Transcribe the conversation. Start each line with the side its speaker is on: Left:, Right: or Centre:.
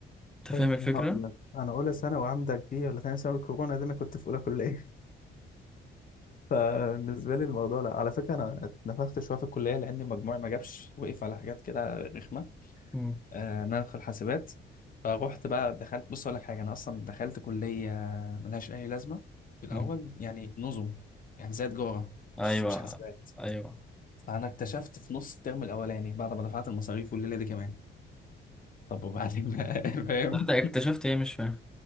Centre: انت
Left: أنا
Centre: فاهم الفكره
Left: هقول لك انا اولى ثانوي عندك دي ولا ثاني ثانوي الكورونا دي انا كنت في اولى كليه <laughs> فبالنسبه لي الموضوع لا على فكره انا اتنفخت شويه في الكليه لان مجموعي ما جابش وقف على حاجات كده رخمه
Centre: امم
Left: آه، انا في الحاسبات فروحت بقى دخلت بص اقول لك حاجه انا اصلا دخلت كليه ملهاش اي لازمه في الاول
Centre: مم.
Left: يعني نظم يعني زي تجاره مش
Centre: ايوه
Left: مش حاسبات
Centre: ايوه
Left: فانا اكتشفت في نص الترم الاولاني بعد ما دفعت المصاريف والليله دي كمان طب وبعدين بقى <laughs> فاهم
Centre: تصدق اكتشفت ايه مش فاهم